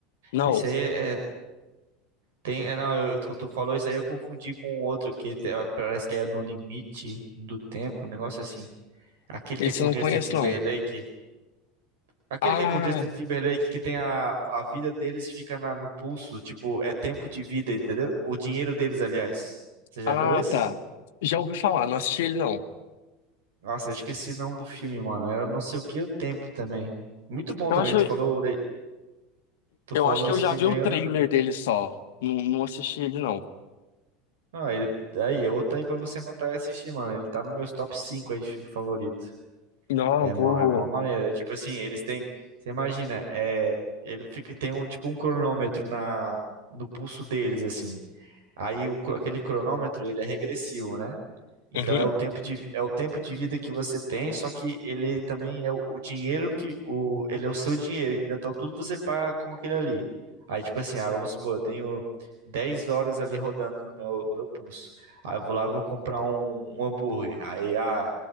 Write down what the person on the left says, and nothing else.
Não,
esse
eu
não
conheço,
não.
Ah,
ah,
tá. Já ouvi falar, não assisti ele, não.
Eu
acho,
eu
acho que
eu já
vi o
trailer
dele só. Não, não assisti ele, não.
Não,
eu vou.
Uhum.